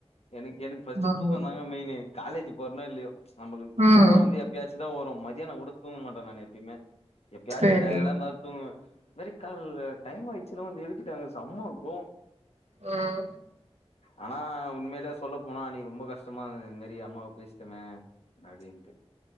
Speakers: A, on the left; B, on the right.
A: எனக்கு எனக்கு ஃபஸ்ட்
B: ம்
A: தூக்கோ தாங்க மெயினு காலேஜ் போறனோ இல்லையோ நம்மளுக்கு
B: ம்
A: தூக்கோ வந்து எப்பயாச்சுதா வரு மதியானோ கொட தூங்க மாட்டே நானு எப்பயுமே எப்பயாச்சு
B: சரி
A: டயர்டா இருந்தா தூங்குவே வெற கால்ல டைம் ஆய்ட்ச்சுனு வந்து எழுப்பிட்டாங்க சம்ம கோவோ
B: ம்
A: ஆனா உண்மாலயே சொல்ல போனா அன்னைக்கு ரொம்ப கஷ்டமாக்கு இந்த மாரி அம்மாவ பேச்டமே அப்டின்ட்டு